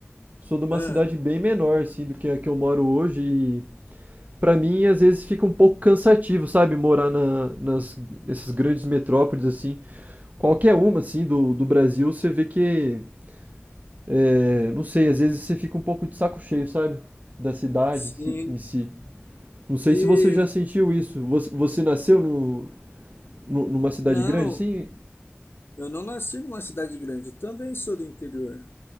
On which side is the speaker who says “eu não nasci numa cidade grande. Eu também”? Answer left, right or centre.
Left